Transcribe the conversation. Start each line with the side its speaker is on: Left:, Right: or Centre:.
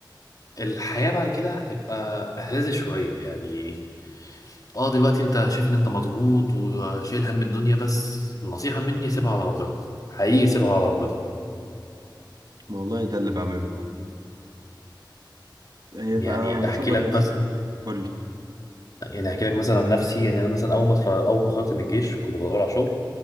Left: الحياة بعد كده هتبقى أهز شوية يعني اه دلوقتي انت شايف ان انت مضغوط وشايل هم الدنيا بس النصيحة مني سيبها على ربنا حقيقي سيبها على ربنا
Right: والله ده اللي بعمله فاهم هي
Left: يعني
Right: بقى أنا بصبر
Left: احكي لك
Right: نفسي
Left: مثلا
Right: قول لي
Left: يعني احكي لك مثلا عن نفسي يعني انا مثلا اول ما اتخ- اول ما خرجت من الجيش كنت بدور على شغل